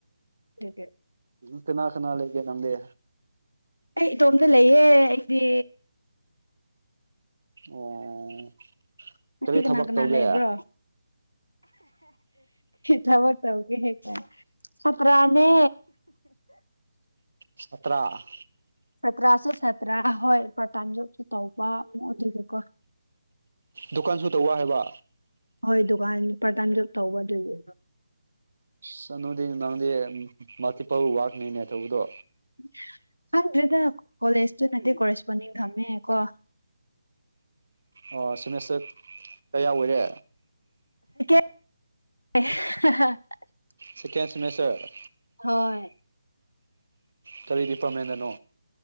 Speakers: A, on the left (about 85°); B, on the right (about 60°).
A: ꯍꯦ
B: ꯎ ꯀꯅꯥ ꯈꯅꯥ ꯂꯩꯒꯦ ꯅꯪꯦ
A: ꯑꯩ ꯏꯇꯣꯝꯇ ꯂꯩꯌꯦ ꯑꯩꯗꯤ
B: ꯑꯣ
A: ꯍꯥꯏꯗꯤ
B: ꯀꯔꯤ
A: ꯀꯅꯥ
B: ꯊꯕꯛ
A: ꯀꯅꯥ
B: ꯇꯧꯒꯦ
A: ꯂꯩꯕ꯭ꯔꯣ ꯊꯕꯛ ꯇꯧꯒꯦ ꯍꯦ ꯀ ꯄꯇꯔꯥꯅꯦ
B: ꯁꯇ꯭ꯔꯥ
A: ꯁꯥꯇ꯭ꯔꯥꯁꯨ ꯁꯥꯠꯇ꯭ꯔꯥ ꯍꯣꯏ ꯄꯇꯝꯖꯁꯨ ꯇꯧꯕ ꯑꯃꯗꯦꯀꯣ
B: ꯗꯨꯀꯥꯟꯁꯨ ꯇꯧꯧꯕ ꯍꯥꯏꯕ
A: ꯍꯣꯏ ꯗꯨꯀꯥꯟ ꯄꯥꯔꯠ ꯇꯥꯏꯝ ꯖꯣꯕ ꯇꯧꯕ ꯑꯗꯨꯏꯗꯤ
B: ꯁ ꯅꯗꯤ ꯅꯪꯗꯤ ꯃꯊꯤꯐ ꯋꯥꯛꯅꯤꯅꯦ ꯊꯧꯕꯗꯣ
A: <inaudible> ꯈꯪꯗ꯭ꯔꯦꯗ ꯀꯣꯂꯦꯖꯇꯨꯅꯗꯤ ꯀꯣꯔꯦꯁꯄꯣꯟꯗꯤꯡ ꯊꯝꯃꯦꯀꯣ
B: ꯑꯣ ꯁꯤꯃꯦꯁꯇꯔ ꯀꯌꯥꯌꯥꯎꯏꯔꯦ
A: <unintelligible>
B: ꯁꯀꯦꯟ ꯁꯤꯦꯃꯦꯁꯇꯔ
A: ꯍꯣꯏ
B: ꯀꯔꯤ ꯗꯤꯄꯥꯔꯠꯃꯦꯟꯗꯅꯣ